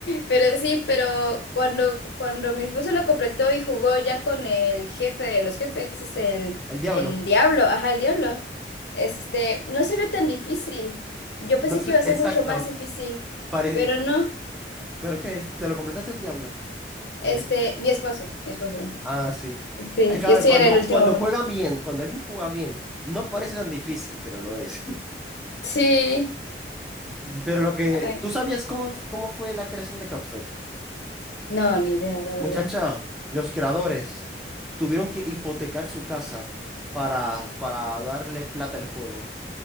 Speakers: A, on the left (about 75°); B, in the centre.
A: Pero sí, pero cuando, cuando mi esposo lo completó y jugó ya con el jefe de los jefes, ese es el,
B: El diablo.
A: el diablo, ajá, el diablo. Este, no se vio tan difícil. Yo pensé
B: No sé,
A: que iba a ser
B: exacto.
A: mucho más difícil,
B: Pare-
A: pero no.
B: pero que es- te lo completaste el diablo.
A: Este,
B: Te lo hiciste.
A: mi esposo, mi esposo.
B: Ah, sí.
A: Sí,
B: Es que
A: yo
B: a
A: estoy
B: ver, cuando,
A: en el último
B: cuando
A: mundo.
B: juega bien, cuando alguien juega bien, no parece tan difícil, pero lo es. <laughs>
A: Sí.
B: Pero lo que,
A: Ay,
B: ¿tú sabías cómo, cómo fue la creación de Codfed?
A: no, ni idea, la
B: Muchacha,
A: verdad.
B: los creadores tuvieron que hipotecar su casa para, para darle plata al juego.